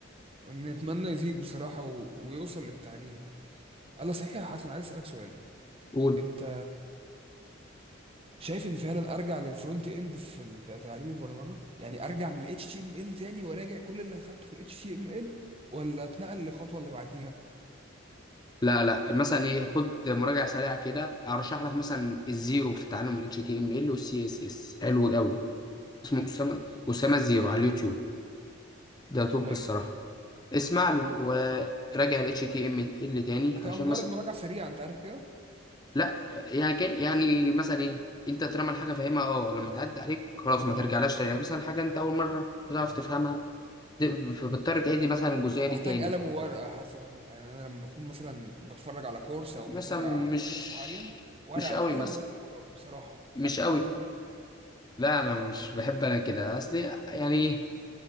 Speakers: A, on the right (about 30°); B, on the left (about 20°).
A: نتمنى يزيد بصراحه و... ويوصل للتعليم الله صحيح يا حسن عايز اسالك سؤال
B: قول
A: انت شايف ان فعلا ارجع للفرونت اند في تعليم البرمجه يعني ارجع من الاتش تي ام ال H T M L تاني وراجع كل اللي اخدته في الاتش تي ام ال H T M L، ولا اتنقل للخطوه اللي بعديها
B: لا لا مثلا ايه خد مراجعة سريعة كده ارشح لك مثلا الزيرو في تعلم ال HTML وال CSS حلو قوي اسمه
A: امم
B: اسامة اسامة الزيرو على اليوتيوب ده توب
A: حلو
B: الصراحة اسمع له وراجع ال HTML تاني
A: هتبقى
B: عشان
A: مجرد
B: مثلا
A: مراجعه سريعه انت عارف كده
B: لا يعني كان يعني مثلا ايه انت طالما الحاجه فاهمها اه لما تعدي عليك خلاص ما ترجعلاش تاني يعني مثلا حاجه انت اول مره بتعرف تفهمها د- فبتضطر تعيد مثلا الجزئيه
A: محتاج
B: دي تاني
A: قلم وورقه حسنا يعني انا لما بكون مثلا بتفرج على كورس او
B: مثلا
A: متابع مدرس
B: مش
A: معين ورقه
B: مش قوي
A: وقلم
B: مثلا
A: واكتب وراه بصراحه
B: مش
A: لا
B: قوي
A: ده انا كده
B: لا انا مش بحب انا كده اصلي يعني ايه